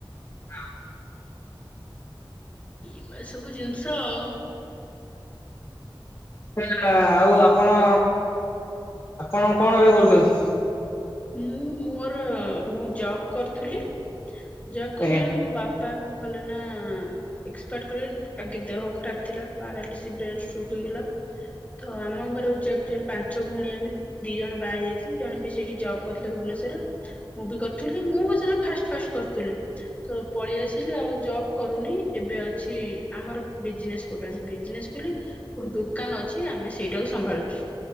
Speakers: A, on the left; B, on the left.
A: ହଁ
B: ଇ ଭଳିଆ ସବୁ ଜିନିଷ ଆଉ।
A: <unintelligible> ଆଉ ଆପଣ ଆପଣ କଣ ଏବେ କରୁଛନ୍ତି?
B: ମୁଁ ମୋର ମୁଁ ଜବ କରୁଥୁଲି ଜବ କରୁଥିଲି
A: ଆଜ୍ଞା।
B: <unintelligible> ମୋ ବା ପା କଣ କଲେ ନା। ଏକ୍ସପାର୍ଟ କରିଗ ଆଗେ ଦେହ ଖରାପ ଥିଲା ପାରାଲିସି, ବ୍ରେନଷ୍ଟ୍ରୋକ ହେଇଗଲା। ତ ଆମ ଘରେ ହଉଛି ଆକ୍ଚୁଆଲି ପାଞ୍ଚ ଭଉଣୀ ଆମେ ଦି ଜଣ ବାହା ହେଇ ଯାଇଥିଲେ ଜଣେ ବି ସେଇଠି ଜବ। କରୁଥିଲେ ଭୁବନେଶ୍ଵରରେ ମୁଁ ବି କରୁଥିଲି ମୁଁ ବି ସେତେବେଳେ ଫାର୍ଷ୍ଟ ଫାର୍ଷ୍ଟ କରୁଥିଲି। ତ ପଳେଇ ଆସିଲି ଆଉ ଜବ କରୁନି ଏବେ ଅଛି ଆମର ବିଜନେସ। ଗୋଟେ ଅଛି ବିଜନେସ ବୋଲି ଗୋଟେ ଦୋକାନ ଅଛି ଆମେ ସେଇଟାକୁ ସମ୍ଭାଳୁଛୁ।